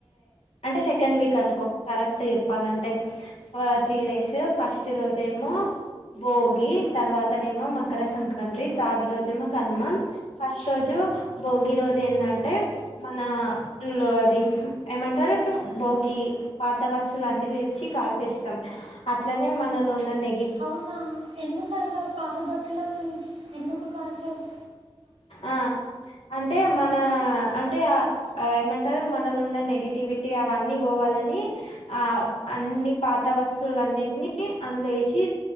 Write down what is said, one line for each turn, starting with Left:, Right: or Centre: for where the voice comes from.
Left: అంటే సెకండ్ వీక్ అనుకో కరెక్ట్ చెప్పాలంటే ఫర్ త్రీ డేస్ ఫస్ట్ రోజేమో భోగి తర్వాత నేమో మకర సంక్రాంతి థర్డ్ రోజేమో కనుమ ఫస్ట్ రోజు భోగి రోజు ఏందంటే మన లొ అది ఏమంటారు భోగి పాత వస్తువులు అన్ని తెచ్చి కాల్చేస్ స్తాం అట్లనే మనలో ఉన్న నె
Right: అవునా ఎందుకు అట్లా పాత బట్టలను ఎందుకు కాల్చరు.
Left: ఆ అంటే మన అంటే ఏమంటారు మనలో ఉన్న నెగిటివిటీ అవన్నీ పోవాలని అని ఆ అన్ని పాత వస్తువులు అన్నిటిని అందుల ఏశి